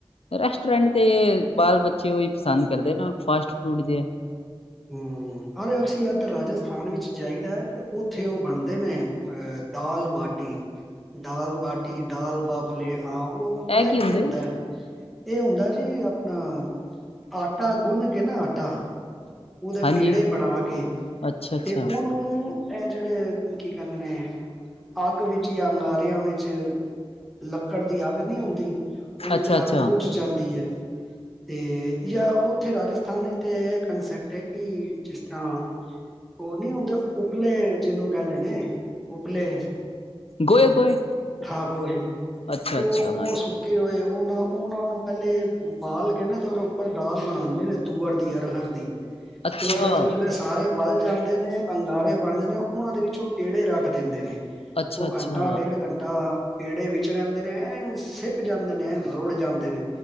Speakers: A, on the left; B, in the centre.
A: ਰੈਸਟੋਰੈਂਟ ਤੇ, ਬਾਲ -ਬੱਚੇ ਉਹੀ ਪਸੰਦ ਕਰਦੇ ਨ ਫਾਸਟ ਫੂਡ ਜਿਹਾ।
B: ਹਮ, ਅਰੇ ਅਸੀਂ ਇੱਧਰ ਰਾਜਸਥਾਨ ਵਿੱਚ ਜਾਈਦਾ ਹੈ, ਤੇ ਉੱਥੇ ਉਹ ਬਣਦੇ ਨੇ। ਅਹ, ਦਾਲ ਬਾਟੀ। ਦਾਲ ਬਾਟੀ, ਦਾਲ ਬਾਫਲੇ ਹਾਂ, ਉਹ ਪਤਾ
A: ਇਹ
B: ਕੀ
A: ਹੁੰਦੇ
B: ਹੁੰਦਾ
A: ਆ?
B: ਹੈ। ਇਹ ਹੁੰਦਾ ਜੀ ਆਪਣਾ ਆਟਾ ਗੁੰਨ ਕੇ ਨਾ ਆਟਾ। ਉਹਦੇ
A: ਹਾਂਜੀ
B: ਪੇੜੇ ਬਣਾ ਕੇ
A: ਅੱਛਾ ਅੱਛਾ
B: ਤੇ ਉਹਨੂੰ ਇਹ ਜਿਹੜੇ ਕੀ ਕਹਿੰਦੇ ਨੇ। ਅੱਗ ਵਿੱਚ ਜਾਂ ਅੰਗਾਰਿਆਂ ਵਿੱਚ ਲੱਕੜ ਦੀ ਅੱਗ ਨਹੀਂ ਆੰਦੀ ਉਹ ਥੱਲੇ
A: ਅੱਛਾ ਅੱਛਾ
B: ਅੱਗ ਬੁੱਝ ਜਾਂਦੀ ਹੈ। ਤੇ ਜਾਂ ਉੱਥੇ ਰਾਜਸਥਾਨ ਤੇ ਇਹ ਕੰਨਸੈਪਟ ਹੈ ਕਿ ਜਿਸ ਤਰ੍ਹਾਂ ਉਹ ਨਹੀਂ ਹੁੰਦੇ ਉਪਲੇ, ਜਿਹਨੂੰ ਕਹਿੰਦੇ ਨੇ ਉਪਲੇ।
A: ਗੋਏ ਗੋਏ
B: ਹਾਂ ਗੋਹੇ
A: ਅੱਛਾ
B: ਉਹ
A: ਅੱਛਾ ਹਾਂਜੀ
B: ਉਹ ਸੁ ਹੋਏ ਉਹਨਾਂ ਉਹਨਾਂ ਨੂੰ ਪਹਿਲੇ ਬਾਲ ਕੇ ਨਾ ਤੇ ਉਹਦੇ ਉੱਪਰ ਦਾਲ ਬਣਾਦੇ ਨੇ ਤੂਅਰ ਦੀ, ਅਰਹਰ ਦੀ।
A: ਅੱਛਾ
B: ਤੇ ਉਹ ਫਿਰ ਜਿਸਲੇ ਸਾਰੇ ਬਲ ਜਾਂਦੇ ਨੇ ਅੰਗਾਰੇ ਬਣ ਜਾਂਦੇ ਨੇ ਉਹਨਾਂ ਦੇ ਵਿੱਚ ਉਹ ਪੇੜੇ ਰੱਖ ਦਿੰਦੇ ਨੇ।
A: ਅੱਛਾ
B: ਉਹ
A: ਅੱਛਾ
B: ਘੰਟਾ ਡੇਢ ਘੰਟਾ। ਐ ਪੇੜੇ ਵਿੱਚ ਰਹਿੰਦੇ ਨੇ ਐ ਨ ਸਿੱਕ ਜਾਂਦੇ ਨੇ, ਰੁੜ ਜਾਂਦੇ ਨੇ।